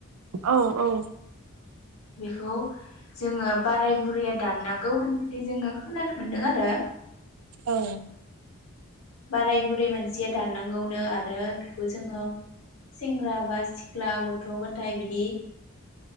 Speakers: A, on the right; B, on the left.
A: औ औ
B: खौ जोङो बाराय बुरै दाननांगौ होननानै जोङो खोनानो मो मोनदों आरो
A: औ
B: बाराय बुरि मानसिया दाननांगौनो आरो बेखौ जो सेंग्रा बा सिख्ला गथ‌ गथाय बिदि